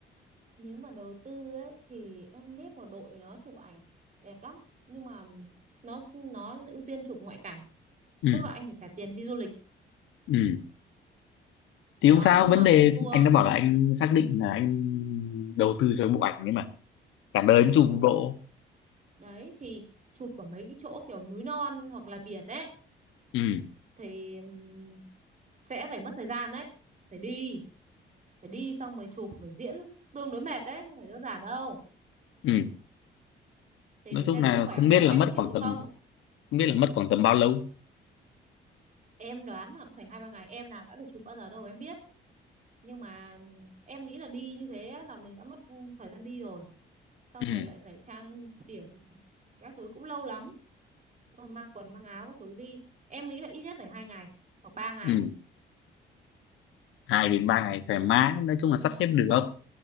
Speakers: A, on the right; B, on the left.
A: nếu mà đầu tư ấy thì em biết một đội nó chụp ảnh đẹp lắm nhưng mà nó nó ưu tiên chụp ngoại cảnh
B: ừ
A: tức là anh phải trả tiền đi du lịch
B: ừ
A: đó
B: thì không sao
A: mà
B: vấn đề
A: book tour
B: anh đã bảo là anh xác định là anh đầu tư cho bộ ảnh ấy mà cả đời mới
A: ừ
B: chụp một bộ
A: đấy thì chụp ở mấy cái chỗ kiểu núi non hoặc là biển ấy
B: ừ
A: thì ừm, sẽ phải mất thời gian đấy phải đi phải đi xong mới chụp phải diễn tương đối mệt đấy không phải đơn giản đâu
B: ừ
A: thì
B: nói
A: phải
B: chung
A: xem
B: là
A: sức khỏe
B: không
A: của vợ
B: biết là
A: anh
B: mất
A: có chịu
B: khoảng
A: được
B: tầm
A: không
B: không biết là mất khoảng tầm bao lâu
A: em đoán là cũng phải hai ba ngày em nào đã được chụp bao giờ đâu em biết nhưng mà em nghĩ là đi như thế là mình đã mất thời gian đi rồi xong
B: ừ
A: rồi lại phải trang điểm các thứ cũng lâu lắm mang quần mang áo các thứ đi em nghĩ là ít nhất phải hai ngày hoặc ba ngày
B: ừ hai đến ba ngày
A: rồi
B: thoải mái nói chung
A: ừ,
B: là sắp xếp được